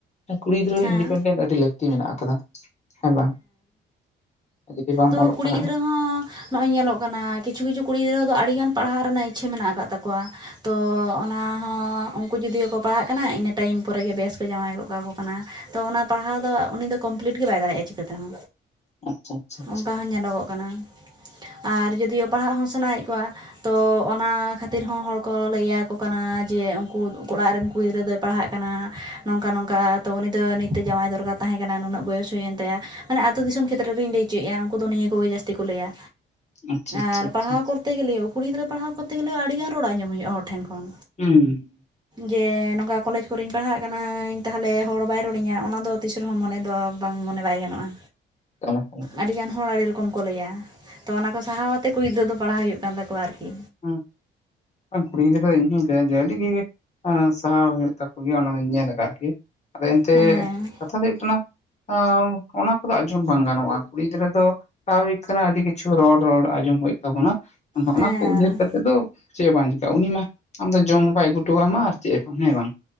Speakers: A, on the left; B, on the right.
A: ᱜᱮ ᱠᱩᱲᱤ ᱜᱤᱫᱽᱨᱟᱹ
B: ᱦᱮᱸ
A: ᱤᱱᱰᱤᱯᱮᱱᱰᱮᱱᱴ ᱟᱹᱰᱤ ᱞᱟᱹᱠ ᱛᱤ ᱢᱮᱱᱟᱜ ᱟᱠᱟᱫᱟ ᱦᱮᱸ ᱵᱟᱝ ᱡᱩᱫᱤ ᱵᱟᱢ
B: ᱛᱚ
A: ᱚᱞᱚᱜ
B: ᱠᱩᱲᱤ
A: ᱯᱟᱲᱦᱟᱜᱼᱟ
B: ᱜᱤᱫᱽᱨᱟᱹ ᱦᱚᱸ ᱱᱚᱜᱼᱚᱭ ᱧᱮᱞᱚᱜ ᱠᱟᱱᱟ ᱠᱤᱪᱷᱩ ᱠᱤᱪᱷᱩ ᱠᱩᱲᱤ ᱜᱤᱫᱽᱨᱟᱹ ᱫᱚ ᱟᱹᱰᱤ ᱜᱟᱱ ᱯᱟᱲᱦᱟᱣ ᱨᱮᱱᱟᱜ ᱤᱪᱪᱷᱟᱹ ᱢᱮᱱᱟᱜ ᱠᱟᱜ ᱛᱟᱠᱚᱣᱟ ᱛᱚ ᱚᱱᱟ ᱦᱚᱸ ᱩᱱᱠᱩ ᱡᱩᱫᱤᱠᱚ ᱯᱟᱲᱦᱟᱜ ᱠᱟᱱᱟ ᱤᱱᱟᱹ ᱴᱟᱭᱤᱢ ᱯᱚᱨᱮ ᱜᱮ ᱵᱮᱥ ᱠᱚ ᱡᱟᱶᱟᱭ ᱜᱜ ᱠᱟᱠᱚ ᱠᱟᱱᱟ ᱛᱚ ᱚᱱᱟ ᱯᱟᱲᱦᱟᱣ ᱫᱚ ᱩᱱᱤ ᱫᱚ ᱠᱚᱢᱯᱞᱤᱴ ᱜᱮ ᱵᱟᱭ ᱫᱟᱲᱮᱭᱟᱜᱼᱟ ᱪᱤᱠᱟᱹᱛᱮᱦᱚᱸ
A: ᱟᱪᱪᱷᱟ ᱟᱪᱪᱷᱟ
B: ᱚᱱᱠᱟ ᱦᱚᱸ ᱧᱮᱞᱚᱜᱚᱜ ᱠᱟᱱᱟ ᱟᱨ ᱡᱫᱤᱭᱳ ᱯᱟᱲᱦᱟᱜ ᱦᱚᱸ ᱥᱟᱱᱟᱭᱮᱫ ᱠᱚᱣᱟ ᱛᱚ ᱚᱱᱟ ᱠᱷᱟᱹᱛᱤᱨ ᱦᱚᱸ ᱦᱚᱲ ᱠᱚ ᱞᱟᱹᱭᱟᱠᱚ ᱠᱟᱱᱟ ᱡᱮ ᱩᱱᱠᱩ ᱚᱲᱟᱜ ᱨᱮᱱ ᱠᱩᱲᱤ ᱜᱤᱫᱽᱨᱟᱹ ᱫᱚᱭ ᱯᱟᱲᱦᱟᱜ <unintelligible> ᱠᱟᱱᱟᱣᱟ ᱱᱚᱝᱠᱟ ᱱᱚᱝᱠᱟ ᱛᱚ ᱩᱱᱤ ᱫᱚ ᱱᱤᱛᱛᱮ ᱡᱟᱶᱟᱭ ᱫᱚᱨᱠᱟᱨ ᱛᱟᱦᱮᱸ ᱠᱟᱱᱟ ᱱᱩᱱᱟᱹᱜ ᱵᱚᱭᱚᱥ ᱦᱩᱭᱮᱱ ᱛᱟᱭᱟ ᱢᱟᱱᱮ ᱟ ᱟᱹᱛᱩᱳ ᱫᱤᱥᱚᱢ ᱠᱷᱮᱛᱨᱮ ᱨᱧ ᱞᱟᱹᱭᱪᱚᱭᱮᱫᱼᱟ ᱩᱱᱠᱩ ᱫᱚ ᱱᱤᱭᱟᱹ ᱠᱚᱜᱮ ᱡᱟᱹᱥᱛᱤ ᱠᱚ ᱞᱟᱹᱭᱟ
A: ᱟᱪᱪᱷᱟ ᱟᱪᱪᱷᱟ
B: ᱟᱨ
A: ᱟᱪᱪᱷᱟ
B: ᱯᱟᱲᱦᱟᱣ ᱠᱚᱨᱛᱮ ᱠᱚᱛᱮ ᱜᱮᱞᱮᱳ ᱠᱩᱲᱤ ᱜᱤᱫᱽᱨᱟᱹ ᱯᱟᱲᱦᱟᱣ ᱠᱚᱛᱮ ᱜᱮᱞᱮᱳ ᱟᱹᱰᱤ ᱜᱟᱱ ᱨᱚᱲᱟ ᱟᱡᱚᱢ ᱦᱩᱭᱩᱜᱼᱟ ᱦᱚᱲ ᱴᱷᱮᱱ ᱠᱷᱚᱱ
A: ᱦᱩᱸ
B: ᱡᱮ ᱱᱚᱝᱠᱟ ᱠᱚᱞᱮᱡᱽ ᱠᱚᱨᱮᱧ ᱯᱟᱲᱦᱟᱜ ᱠᱟᱱᱟᱹᱧ ᱛᱟᱦᱚᱞᱮ ᱦᱚᱲ ᱵᱟᱭ ᱨᱚᱲᱤᱧᱟ ᱚᱱᱟ ᱫᱚ ᱛᱤᱥ ᱨᱮᱦᱚᱸ ᱢᱚᱱᱮ ᱫᱚ ᱵᱟᱝ ᱢᱚᱱᱮ ᱵᱟᱭ ᱜᱟᱱᱚᱜᱼᱟ
A: <unintelligible> ᱠᱟᱱᱟ
B: ᱟᱹᱰᱤ ᱜᱟᱱ ᱦᱚᱲ ᱟᱹᱰᱤ ᱨᱚᱠᱚᱢ ᱠᱚ ᱞᱟᱹᱭᱟ ᱛᱚ ᱚᱱᱟ ᱠᱚ ᱥᱟᱦᱟᱳᱣᱟᱛᱮ ᱠᱩᱲᱤ ᱜᱤᱫᱽᱨᱟᱹ ᱫᱚ ᱯᱟᱲᱦᱟᱣ ᱦᱩᱭᱩᱜ ᱠᱟᱱ ᱛᱟᱠᱚᱣᱟ ᱟᱨᱠᱤ
A: ᱦ ᱠᱩᱲᱤ ᱜᱤᱫᱽᱨᱟᱹ ᱫᱚ ᱤᱧ ᱦᱚᱧ ᱞᱟᱹᱭᱟ ᱡᱮ ᱟᱹᱰᱤᱜᱮ ᱥᱟᱦᱟᱣ ᱦᱩᱭᱩᱜ ᱛᱟᱠᱚ ᱜᱮᱭᱟ ᱚᱱᱟ ᱫᱚᱧ ᱧᱮᱞ ᱟᱠᱟᱫ ᱜᱮᱭᱟ ᱟᱫᱚ ᱮᱱᱛᱮᱜ
B: ᱦᱮᱸ
A: ᱠᱟᱛᱷᱟ ᱫᱚ ᱦᱩᱭᱩᱜ ᱠᱟᱱᱟ <unintelligible> ᱚᱱᱟ ᱠᱚᱫᱚ ᱟᱸᱡᱚᱢ ᱵᱟᱝ ᱜᱟᱱᱚᱜᱼᱟ ᱠᱩᱲᱤ ᱜᱤᱫᱽᱨᱟᱹ ᱫᱚ <unintelligible> ᱥᱟᱵᱷᱟᱵᱤᱠ ᱠᱟᱱᱟ ᱟᱹᱰᱤ ᱠᱤᱪᱷᱩ ᱨᱚᱲ ᱨᱚᱲ ᱟᱸᱡᱚᱢ ᱦᱩᱭᱩᱜ ᱛᱟᱵᱚᱱᱟ <unintelligible> ᱵᱟᱝᱠᱷᱟᱱ
B: ᱦᱮᱸ
A: ᱚᱱᱟ ᱟᱫᱚ ᱪᱮᱫ ᱦᱚᱸ ᱵᱟᱝ ᱪᱮᱠᱟᱹᱜᱼᱟ ᱩᱱᱤ ᱢᱟ ᱟᱢᱫᱚ ᱡᱚᱢ ᱦᱚᱸ ᱵᱟᱭ ᱟᱹᱜᱩᱴᱚ ᱟᱢᱟ ᱟᱨ ᱪᱮᱫ ᱦᱮᱸ ᱵᱟᱝ